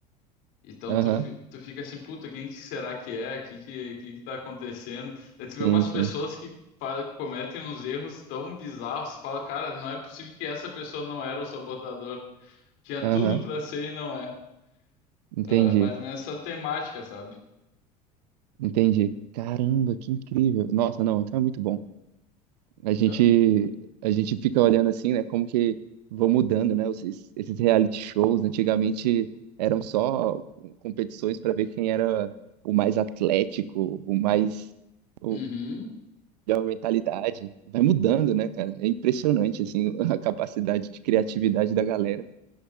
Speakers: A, on the left (about 60°); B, on the right (about 75°).
A: Então
B: Aham,
A: tu, fi- tu fica assim, puta, quem que será que é? O que, que, que que tá acontecendo? Aí tu vê
B: sim,
A: umas
B: sim.
A: pessoas que fa- cometem uns erros tão bizarros, tu fala, cara, não é possível que essa pessoa não era o sabotador. Tinha
B: Aham,
A: tudo pra ser e não é.
B: entendi.
A: É, mais ou menos essa temática, sabe?
B: Entendi. Caramba, que incrível. Nossa, não, então é muito bom. A gente
A: É.
B: a gente fica olhando assim, né, como que vão mudando, né, os- esses, esses reality shows. Antigamente eram só competições para ver quem era o mais atlético, o mais o
A: Uhum.
B: melhor mentalidade. Vai mudando, né, cara? É impressionante assim <laughs> a capacidade de criatividade da galera.